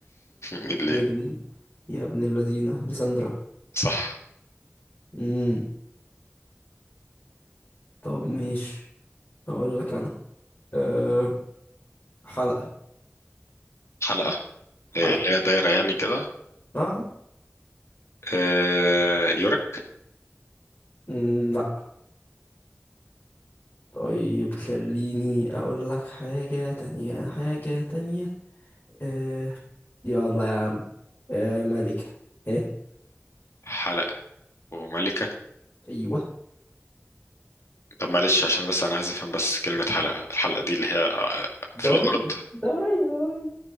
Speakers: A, on the left; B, on the left.
A: مدلين
B: ميدلين يا ابن الذين لساندرا
A: <laughs> صح
B: امم طب ماشي هقول لك انا أه حلقة
A: حلقة
B: حلقة
A: آه، لا دايرة يعني كده
B: اه
A: آه يورك
B: مم، لا طيب خليني اقول لك حاجة تانية حاجة تانية آه يلا يا عم آه ملكة ايه
A: حلقة وملكة
B: ايوه
A: طب معلش عشان بس أنا عايز أفهم بس كلمة حلقة الحلقة دي اللي هي آه،
B: دورية
A: في الأرض
B: دورية دورية